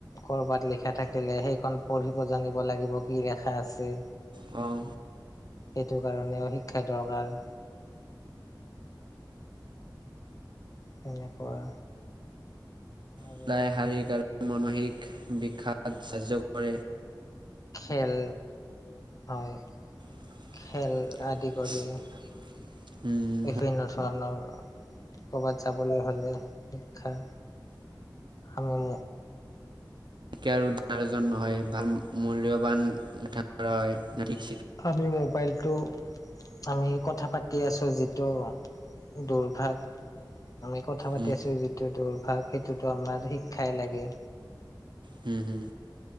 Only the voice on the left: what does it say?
কৰবাত লিখা থাকিলে সেইখন পঢ়িব জানিব লাগিব কি লেখা আছে।
সেইটো কাৰণেও শিক্ষা দৰকাৰ তেনেকুৱা। আৰু
খেল হয়
খেল আদি কৰি বিভিন্ন ধৰণৰ ক'ৰবাত যাবলৈ হ'লে শিক্ষা আমি
আমি মোবাইলটো আমি কথা পা তি আছোঁ যিটো দুৰ্ভাগ আমি কথা পাতি
আছো যিটো দুৰ্ভাগ সেইটোতো আমাৰ শিক্ষাই লাগে।